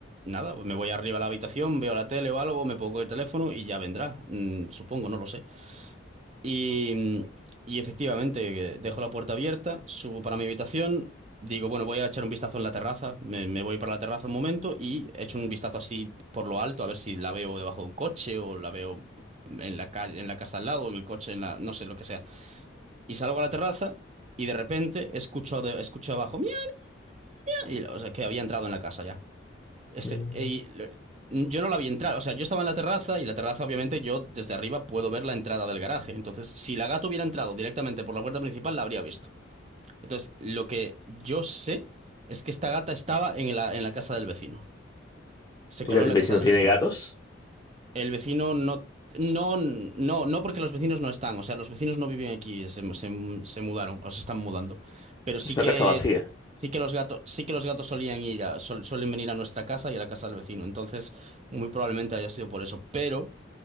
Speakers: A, on the right; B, on the left.
A: nada, pues me voy arriba a la habitación, veo la tele o algo, me pongo el teléfono y ya vendrá, mm, supongo, no lo sé. Y, y efectivamente, eh, dejo la puerta abierta, subo para mi habitación, digo, bueno, voy a echar un vistazo en la terraza, me, me voy para la terraza un momento y echo un vistazo así por lo alto, a ver si la veo debajo de un coche o la veo en la calle, en la casa al lado, en el coche, en la, no sé, lo que sea. Y salgo a la terraza y de repente escucho, de- escucho abajo, ¡miau! y, o sea, que había entrado en la casa ya. Este,
B: Mm.
A: y lo- yo no la vi entrar, o sea, yo estaba en la terraza y la terraza obviamente yo desde arriba puedo ver la entrada del garaje. Entonces, si la gata hubiera entrado directamente por la puerta principal, la habría visto. Entonces, lo que yo sé es que esta gata estaba en la, en la casa del vecino. Se
B: ¿El
A: coló
B: ga-
A: en
B: el
A: la
B: vecino
A: casa del
B: tiene
A: vecino.
B: gatos?
A: El vecino no, no, no, no porque los vecinos no están, o sea, los vecinos no viven aquí, se, se- se mudaron o se están mudando, pero sí
B: Es una
A: que,
B: casa vacía.
A: sí que los gatos, sí que los gatos solían ir a- sol- suelen venir a nuestra casa y a la casa del vecino, entonces muy probablemente haya sido por eso, pero